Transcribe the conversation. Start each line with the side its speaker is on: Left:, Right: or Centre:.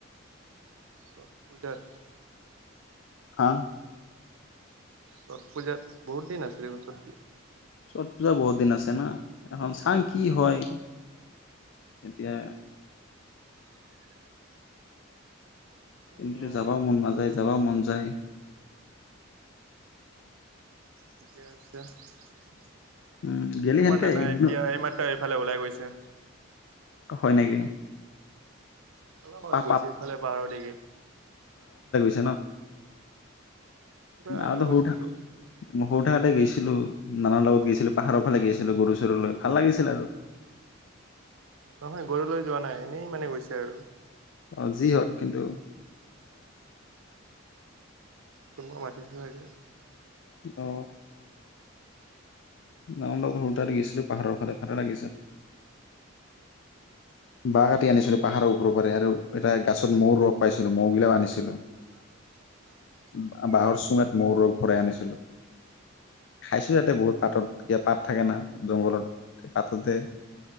Right: ছট পূজাত
Left: হা
Right: ছট পূজাত বহুত দিন আছে দেখোন ষট পূজা
Left: ছট পূজা বহুত দিন আছে না এখন চাং কি হয় এতিয়া
Right: <unintelligible> অ',
Left: কিন্তু যাবাও মন নাযায় যাবাও মন যায়
Right: ঠিকে আছে তোমাৰ
Left: উম, গেলি সেনকে
Right: নানা
Left: একদিনত
Right: এতিয়া এইমাত্ৰ এইফালে ওলাই গৈছে
Left: হয় নেকি?
Right: অলপ আগত
Left: পা
Right: গৈছে
Left: পা
Right: সেইফালে পাহাৰৰ দেগি
Left: উ
Right: কিবা আনিব
Left: আৰু
Right: গৈছে
Left: হঠা
Right: নেকি?
Left: সতে গৈছে <inaudible> নানাৰ লগত গৈছিলো পাহাৰৰ ফালে গৈছিলো গৰু চৰু লৈ ভাল লাগিছিল আৰু
Right: নহয় গৰু লৈ যোৱা নাই এনেই মানে গৈছে আৰু
Left: অ যি হওক কিন্তু
Right: কোনোবা মাটি চ চাকে
Left: অহ গাউণ্ডত সৰু তাৰে গিছিলো পাহাৰৰ ফালে ফালে লাগিছিল বাঁহ কাটি আনিছিলো পাহাৰৰ ওপৰৰ পৰা আৰু এটা গছত মৌ ৰস পাইছিলো মৌ গিলাকও আনিছিলো
Right: উম
Left: বা- বাঁহৰ চুঙাত মৌৰ ৰস ভৰাই আনিছিলো। খাইছো যাতে বহুত পাতত ক পাত থাকে না জংঘলত সেই পাততে